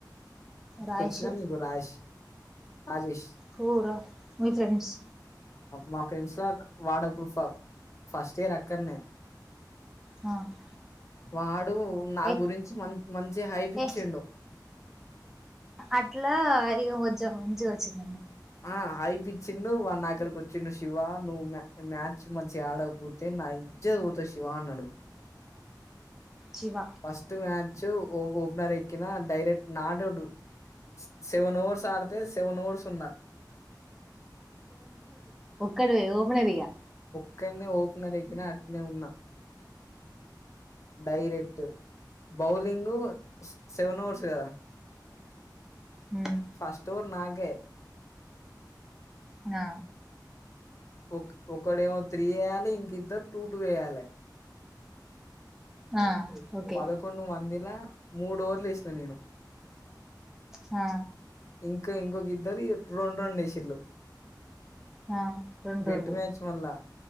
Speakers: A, in the centre; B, on the left.
A: రాష్
B: తెలుసుగా నీకు రాష్ రాజేష్
A: పూర్ మీ ఫ్రెండ్స్
B: మా ఫ్రెండ్స్ లో వాటర్ ప్రూఫ ఫస్ట్ ఇయర్ అక్కడనే
A: ఆ
B: వాడు నా
A: ఎ
B: గురించి మ మంచి హైప్ ఇచ్చిడు
A: ఏ అట్లా ఇది వంచం చ వచ్చిడి
B: ఆ హై పిచ్ వచ్చిండు వా నా అక్కడికి వచ్చిండు శివ నువ్వు మ్యాచ్ మంచి ఆడకపోతే నా ఇజ్జ చవుత శివ అన్నాడు
A: శివ
B: ఫస్ట్ మ్యాచ్ ఓపెనర్ ఎక్కిన డైరెక్ట్ నాడాడు సెవెన్ ఓవర్స్ ఆడితే సెవెన్ ఓవర్స్ ఉన్నా
A: క్కడవ ఓప నరియా
B: క్క ఓపనర్కిన అట్నే ఉన్నా డైరెట్ బౌలింగ సెవెన్ ఓవర్స్ కదా
A: ఉమ్
B: ఫస్ట్ త్తూర్ నాగే
A: ఆ
B: ఒకక్కడేమో త్రీ వేయాలి ఇంకద్దరు టూ టటు వేయాలి
A: ఆ ఓకే
B: పదకొన్న మందిలా మూడు ఓవర్లుస్న నేను
A: ఆ
B: ఇంకా ఇంకొక ఇద్దరి రెండు రెండు వేసిలు
A: ఆ రెండు
B: బెట్
A: రెండు
B: మ్యాచ్ మళ్ళా